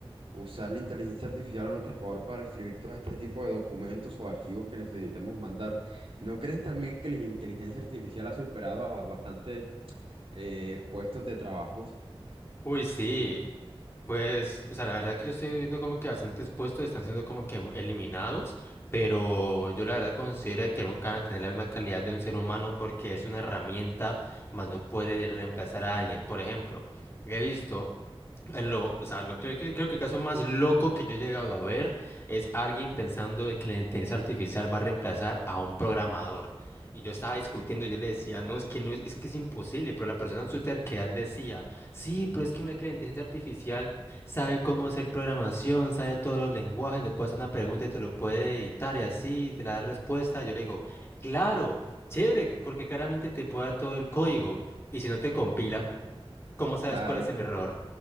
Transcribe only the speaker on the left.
Uy, sí. Pues, o sea, la verdad que yo estoy viendo como que bastantes puestos están siendo como que eliminados, pero yo la verdad considero que nunca van a tener la misma calidad de un ser humano porque es una herramienta, más no puede reemplazar a alguien. Por ejemplo, he visto... en Lo, o sea, lo creo que creo que el caso más loco que yo he llegado a ver es alguien pensando de que la inteligencia artificial va a reemplazar a un programador. Y yo estaba discutiendo, yo le decía, no, es que no es, es que es imposible, pero la persona en su terquedad decía, sí, pero es que mira que la inteligencia artificial sabe cómo hacer programación, sabe todos los lenguajes, le puede hacer una pregunta y te lo puede editar y así, te la da respuesta. Yo le digo, claro, chévere, porque claramente te puede dar todo el código. Y si no te compila. ¿cómo sabes
cuál es el error?